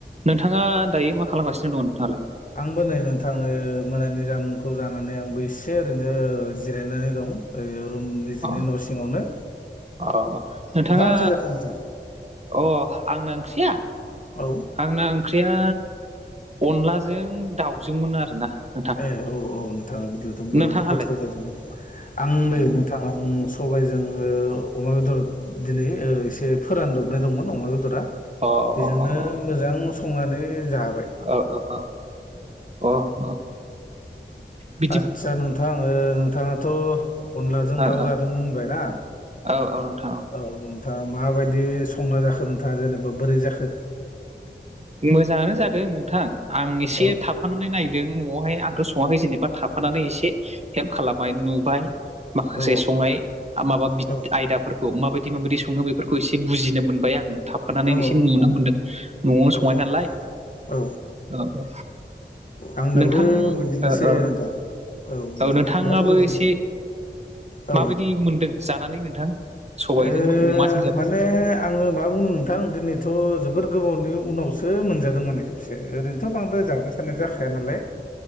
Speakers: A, on the right; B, on the left.
A: नोंथाङा दायो मा खालामगासिनो दङ नोंथाङालाय?
B: आंबो नै नोंथां ओ मोनानि जामुंखौ जानानै आंबो एसे ओरैनो जिरायनानै दं। ओ रुम निजिनि
A: अ
B: न' सिङावनो
A: अ अ नोंथाङा
B: मा ओंख्रि जाखो नोंथां?
A: अ आंना ओंख्रिया
B: औ
A: आंना ओंख्रिया अनलाजों दाउजोंमोन आरोना नोंथां
B: ए औ औ नोंथां बिदिबाथ' बिराद
A: नोंथाङालाय
B: गोथाव जादों आं नै नोंथां ओम सबायजों ओ अमा बेदर दिनै ओ एसे फोरानदबनाय दंमोन अमा बेदरा
A: अ
B: बेजोंनो
A: अ अ अ
B: मोजां संनानै जाबाय।
A: औ औ औ अ बिदि
B: आदसा नोंथां ओ नोंथाङाथ' अनलाजों
A: औ
B: दाउ
A: औ
B: जादों होनबायना
A: औ औ नोंथां
B: औ नोंथाङा माबायदि संना जाखो नोंथाङा जेनेबा बोरै जाखो?
A: मोजाङानो जादों नोंथां आं एसे
B: औ
A: थाब थाफानानै नायदों न'आवहाय आंथ' सङाखै जेनेबा थाफानानै एसे हेल्प खालामबाय नुबाय माखासे
B: औ
A: संनाय माबा
B: औ
A: आयदाफोरखौ माबायदि माबायदि सङो बेफोरखौ एसे बुजिनो मोनबाय आङो थाब होफानानै
B: औ
A: एसे नुनो मोनदों न'आव
B: औ
A: संनाय नालाय
B: नोंथां औ
A: औ औ
B: आंनाबो
A: नोंथां
B: बिदिनोसै
A: औ औ
B: नोंथां नोंथां
A: औ नोंथाङाबो
B: मा बुंबाय दं
A: एसे
B: औ
A: माबायदि मोनदों जानानै नोंथां? सबायजों
B: ए
A: अमाजों जादों
B: माने आङो मा बुंनो नोंथां दिनैथ' जोबोर गोबावनि उनावसो मोनजादों माने ओरैनोथ' बांद्राय जाबाय थानाय जाखाया नालाय